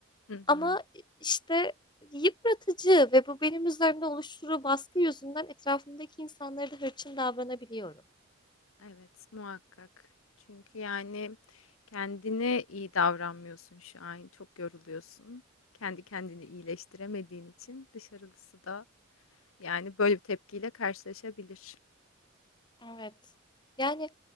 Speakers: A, on the left; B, on the left.
A: Hı
B: Ama
A: hı.
B: e, işte yıpratıcı ve bu benim üzerimde oluşturduğu baskı yüzünden etrafımdaki insanlara da hırçın davranabiliyorum.
A: Evet, muhakkak. Çünkü yani kendine iyi davranmıyorsun şu an. Çok yoruluyorsun. Kendi kendini iyileştiremediğin için dışarılısı da Yani böyle bir tepkiyle karşılaşabilir.
B: Evet. Yani